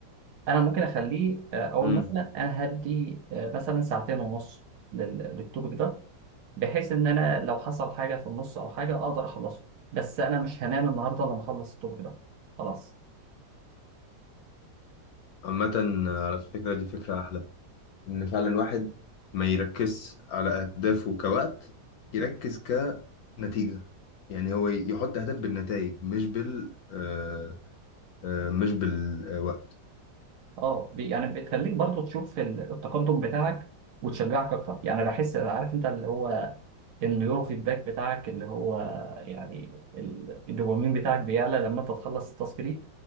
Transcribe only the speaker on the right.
انا ممكن اخليه آه، اقول
مثلا انا هدي آه، مثلا ساعتين ونص لل- للتوبك ده بحيث ان انا لو حصل حاجه في النص او حاجه اقدر اخلصه بس انا مش هنام النهارده الا لما اخلص التوبك ده خلاص
اه بي- يعني بتخليك برضو تشوف ال- التقدم بتاعك وتشجعك اكتر يعني بحس عارف انت اللي هو النيورو فيدباك بتاعك اللي هو يعني ال- الدوبامين بتاعك بيعلى لما انت تخلص التاسك دي